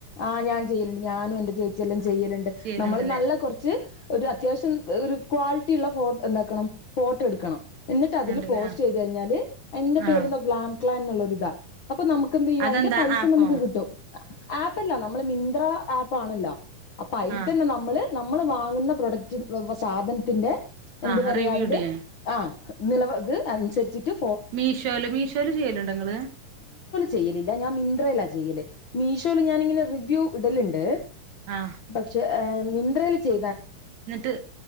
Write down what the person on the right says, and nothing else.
ചെയ്യലുണ്ടല്ലേ
ഉണ്ടല്ലേ
ആ
ആ
അതെന്താ
ആപ്പോ
ആ
ആ
റിവ്യൂ
ഇടേ
മീഷോല് മീഷോല് ചെയ്യലുണ്ടോ ഇങ്ങള്.
ആ
എന്നിട്ട്